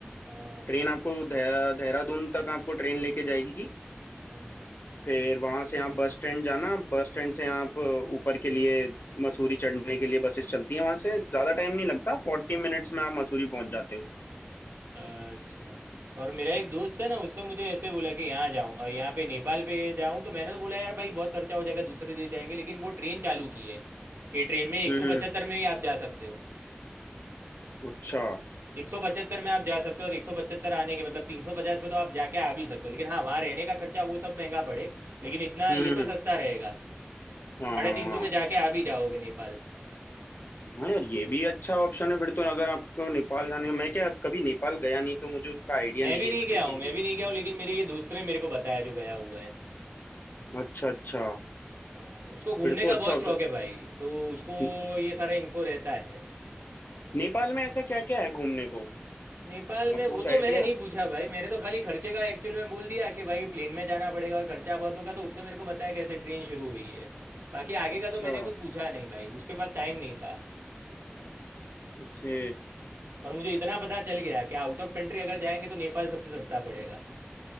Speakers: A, on the right (about 70°); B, on the left (about 60°).
A: हाँ
B: ट्रेन
A: भाई
B: आपको दे- देहरादून तक आपको ट्रेन लेके जाएगी
A: हाँ
B: फिर वहां से आप बस स्टैंड जाना बस स्टैंड से आप अ, ऊपर के लिए मसूरी चढ़ने के लिए बसेस चलती हैं वहां से ज्यादा टाइम नहीं लगता फोर्टी मिनट्स में आप मसूरी पहुंच जाते हो
A: अच्छा और मेरा एक दोस्त है ना उसने मुझे ऐसे बोला कि यहाँ जाऊँ और यहाँ पे नेपाल पे जाऊँ तो मैंने तो बोला यार भाई बहुत खर्चा हो जाएगा दूसरे देश जाएंगे लेकिन वो ट्रेन चालू की है कि ट्रेन में एक
B: हम्म
A: सौ
B: हम्म,
A: पचहत्तर में ही आप जा सकते हो
B: अच्छा
A: एक सौ पचहत्तर में आप जा सकते हो और एक सौ पचहत्तर आने के मतलब तीन सौ पचास में तो आप जाके आ भी सकते हो लेकिन हाँ वहाँ रहने का खर्चा वो सब महंगा पड़े लेकिन इतना
B: हम्म
A: ये तो
B: हम्म
A: सस्ता रहेगा
B: हाँ
A: साढ़े
B: हाँ
A: तीन
B: हाँ
A: सौ में जाके आ भी जाओगे नेपाल
B: हाँ यार ये भी अच्छा ऑप्शन है फिर तो अगर आपको नेपाल जाने का मैं क्या कभी नेपाल गया नहीं तो मुझे उसका आइडिया
A: मैं
B: नहीं
A: भी
B: है
A: नहीं
B: इतना
A: गया
B: कि
A: हूँ मैं भी नहीं गया हूँ लेकिन मेरे ये दोस्त ने मेरे को बताया जो गया हुआ है
B: अच्छा अच्छा
A: हाँ, उसको घूमने
B: फिर तो
A: का
B: अच्छा
A: बहुत
B: ऑप्शन
A: शौक है भाई तो उसको
B: न-
A: ये सारा इन्फो रहता है
B: नेपाल में ऐसा क्या क्या है घूमने को
A: नेपाल
B: आपको
A: में वो
B: कुछ आइडिया
A: तो मैंने नहीं पूछा भाई मैंने तो खाली खर्चे का एक्चुअली में बोल दिया कि भाई प्लेन में जाना पड़ेगा और खर्चा बहुत होगा तो उसने मेरे को बताया कैसे ट्रेन शुरू हुई है बाकी आगे
B: अच्छा
A: का तो मैंने कुछ पूछा नहीं भाई उसके पास टाइम नहीं था
B: ओके
A: पर मुझे इतना पता चल गया कि आउट ऑफ कंट्री अगर जाएंगे तो नेपाल सबसे सस्ता पड़ेगा